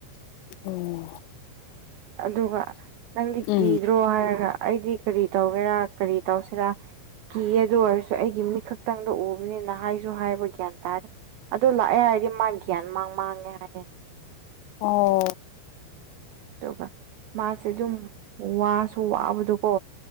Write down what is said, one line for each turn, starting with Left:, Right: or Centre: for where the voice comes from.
Left: ꯎꯝ
Right: ꯑꯗꯨꯒ ꯅꯪꯗꯤ
Left: ꯎꯝ
Right: ꯀꯤꯗ꯭ꯔꯣ ꯍꯥꯏꯔꯒ ꯑꯩꯗꯤ ꯀꯔꯤ ꯇꯧꯒꯦꯔꯥ ꯀꯔꯤ ꯇꯧꯁꯤꯔꯥ ꯀꯤ ꯑꯗꯨ ꯑꯣꯏꯔꯁꯨ ꯑꯩꯒꯤ ꯃꯤꯠꯈꯛꯇꯪꯗ ꯎꯕꯅꯤꯅꯍ ꯍꯥꯏꯁꯨ ꯍꯥꯏꯕ ꯒ꯭ꯌꯥꯟ ꯇꯥꯔꯦ ꯑꯗꯨ ꯂꯥꯛꯑꯦ ꯍꯥꯏꯔꯗꯤ ꯃꯥ ꯒ꯭ꯌꯥꯟ ꯃꯥꯡ ꯃꯥꯡꯉꯦ ꯍꯥꯏ
Left: ꯑꯣ
Right: ꯑꯗꯨꯒ ꯃꯥꯁꯦ ꯑꯗꯨꯝ ꯋꯥꯁꯨ ꯋꯥꯕꯗꯣꯀꯣ